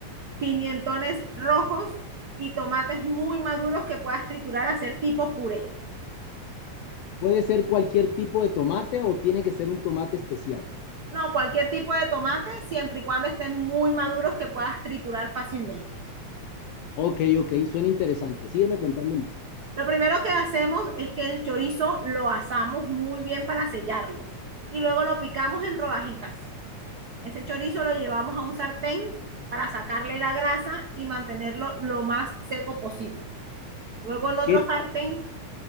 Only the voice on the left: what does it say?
¿Puede ser cualquier tipo de tomate o tiene que ser un tomate especial?
Ok, ok, suena interesante. Sígueme contando más.
¿Qué,